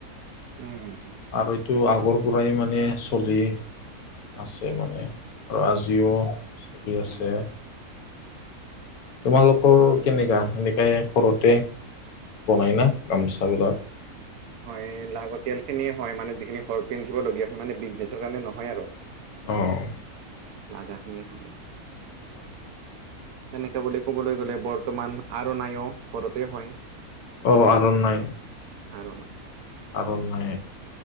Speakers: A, on the right (about 75°); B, on the left (about 75°).
A: উমঁ
B: আৰু এইটো আগৰ পৰাই মানে চলি আছে মানে। আৰু আজিও চলি আছে।
A: উম
B: তোমালোকৰ কেনেকা সেনেকাই ঘৰতে। বনাই না গামোচাবিলাক?
A: হয় লাগতিয়ালখিনি হয় মানে যিখিনি ঘৰত পিন্ধিবলগীয়া হয় মানে বিজনেছৰ কাৰণে নহয় আৰু।
B: অঁহ।
A: লাগাখিনি হয়।
B: হয় হয়।
A: তেনেকা বুলি ক'বলৈ গ'লে বৰ্তমান আৰু নাইও ঘৰতে হয়।
B: অঁহ আৰুনাই।
A: আৰনাই।
B: আৰনাই